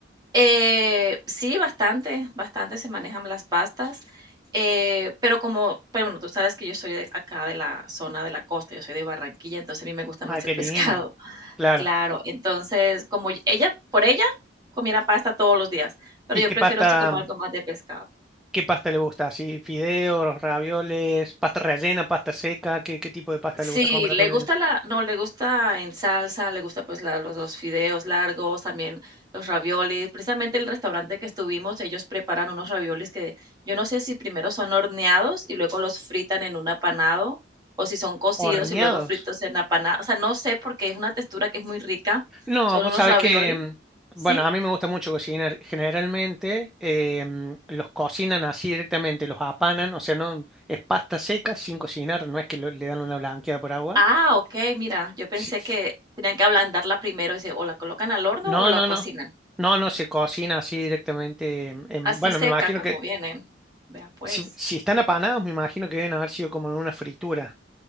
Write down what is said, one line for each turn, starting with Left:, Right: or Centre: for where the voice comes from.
Right: Eh, sí, bastante, bastante se manejan las pastas, eh, pero como, pero bueno, tú sabes que yo soy de acá de la zona de la costa, yo soy de Barranquilla, entonces a mí me gusta más
Centre: Ah, qué
Right: el pescado.
Centre: lindo.
Right: <laughs>
Centre: Claro.
Right: Claro, entonces como y- ella, por ella, comiera pasta todos los días, pero
Centre: ¿Y
Right: yo
Centre: qué
Right: prefiero
Centre: pasta,
Right: así como algo más de pescado.
Centre: qué pasta le gusta? ¿Así fideos, ravioles, pasta rellena, pasta seca? ¿Qué, qué tipo de pasta
Right: Sí,
Centre: le gusta comer
Right: le
Centre: a tu nena?
Right: gusta la no, le gusta en salsa, le gusta, pues, la los los fideos largos, también los raviolis. Precisamente el restaurante que estuvimos, ellos preparan unos raviolis que yo no sé si primero son horneados y luego los fritan en un apanado, o si son cocidos
Centre: Horneados.
Right: y luego fritos en apanado, o sea, no sé, porque es una textura que es muy rica.
Centre: No,
Right: Son
Centre: vos
Right: unos
Centre: sabés
Right: raviolis
Centre: que, mm,
Right: ¿sí?
Centre: bueno, a mí me gusta mucho cocinar. Generalmente em, los cocinan así directamente, los apanan, o sea, no es pasta seca sin cocinar, no es que lo- le dan una blanqueada por agua.
Right: Ah, okey, mira, yo pensé
Centre: Sí,
Right: que tenían que ablandarla primero, y se o la colocan al horno
Centre: No,
Right: o la
Centre: no,
Right: cocinan.
Centre: no. No, no, se cocina así directamente. em, em,
Right: Así
Centre: bueno,
Right: seca
Centre: me imagino
Right: como
Centre: que
Right: vienen. Vea, pues.
Centre: si, si están apanados, me imagino que deben haber sido como en una fritura.